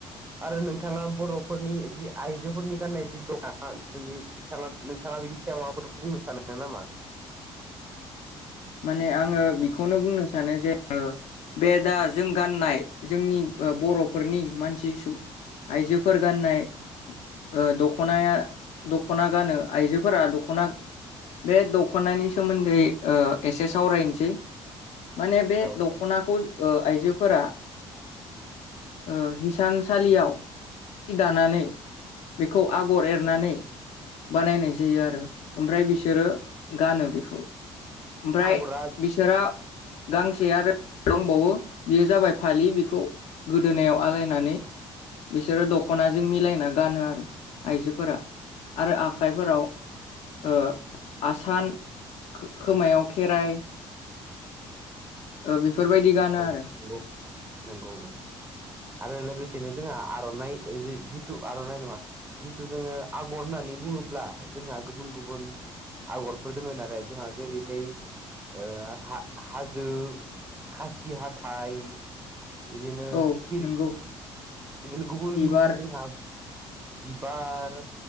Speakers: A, on the right (about 15°); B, on the left (about 70°).
A: आरो नोंथाङा बरफोरनि जि आइजोफोरनि गाननाय जि दङ। नोंनि बिथाङा नोंथाङा बिनि सायाव माबाफोर बुंनो सानो नामा
B: माने आङो बिखौनो बुंनो सानो जे ओ बे दा जों गाननाय जोंनि ओ बर'फोरनि मानसि सुबुं आइजोफोर गाननाय ओ दखनाया दखना गानो आइजोफोरा दखना गान बे दखनानि सोमोन्दै ओ एसे सावरायनोसै माने बे
A: औ
B: दखनाखौ ओ आइजोफोरा ओ हिसानसालियाव जि दानानै बेखौ आगर एरनानै बानायनाय जायो आरो ओमफ्राय बिसोरो गानो बेखौ ओमफ्राय
A: आगरा
B: बिसोरा गांसे आरो दंबावो बियो जाबाय फालि बिखौ गोदोनायाव आलायनानै बिसोरो द ख'नाजों मिलायना गानो आरो आइजोफोरा। आरो आखाइफोराव ओ आसान खो-खोमायाव खेराय ओ गानो
A: औ नोंगौ
B: आरो
A: नोंगौ ओं। आरो लोगोसेनो जोंहा आर'नाइ ओ जे जिथु आर'नाइ नङा जिथु जोङो आग'र होन्नानै बुङोब्ला जोंहा गुबुन गुबुन आग'र फोर दोंमोन आरो जोंहा। जेरैहाय ओ हा-हाजो, खासि हाथाइ, इदिनो
B: औ
A: सिखिरि
B: नंगौ
A: बिदिनो गुबुन
B: बिबार
A: गुबुन जोंहा बिबार